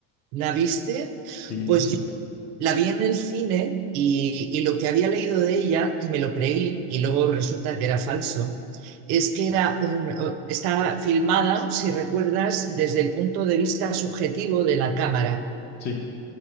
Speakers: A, on the right (about 85°); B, on the left (about 25°).
A: ¿La viste?
B: Sí,
A: Pues
B: sí, sí.
A: La vi en el cine y, y lo que había leído de ella, que me lo creí y luego resulta que era falso, es que era un, está filmada, si recuerdas, desde el punto de vista subjetivo de la cámara.
B: Sí,